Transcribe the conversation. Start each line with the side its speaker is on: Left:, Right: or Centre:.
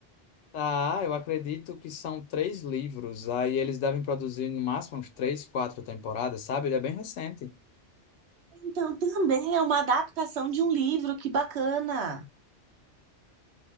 Left: Tá, ah, eu acredito que são três livros. Aí eles devem produzir no máximo uns três, quatro temporadas, sabe? Ele é bem recente.
Right: Então também é uma adaptação de um livro, que bacana.